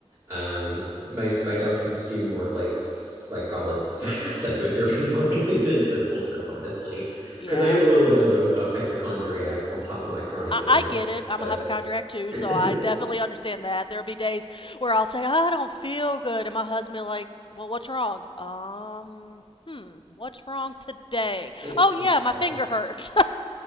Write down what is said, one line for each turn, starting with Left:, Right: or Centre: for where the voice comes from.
Right: Um, my my doctors do more like psycholo <laughs> psychotherapy on me <laughs> than physical stuff, honestly,
Left: Yeah.
Right: because I am a little bit of a, a hypochondriac on top of my chronic
Left: I,
Right: illness.
Left: I get it.
Right: So,
Left: I'm a hypochondriac too,
Right: <laughs>
Left: so I definitely understand that. There'll be days where I'll say, I don't feel good. And my husband, like, well, what's wrong? Um, hmm, what's wrong today?
Right: yeah,
Left: Oh, yeah, my finger hurts. <laughs>